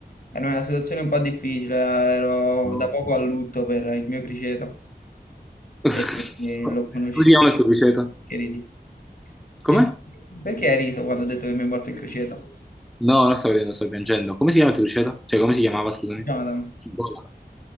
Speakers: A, on the left; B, in the centre.
A: ero in una situazione un po' difficile, ero
B: No.
A: da poco a lutto per il mio criceto
B: <laughs> Come
A: e, e l'ho conosciuto.
B: si chiama il tuo criceto?
A: Che ridi? Mi-
B: Come?
A: Perché hai riso quando ho detto che mi è morto il criceto?
B: No, non stavo ridendo, sto piangendo. Come si chiama il tuo criceto? Cioè, come si chiamava, scusami?
A: Jonathan.
B: Bona.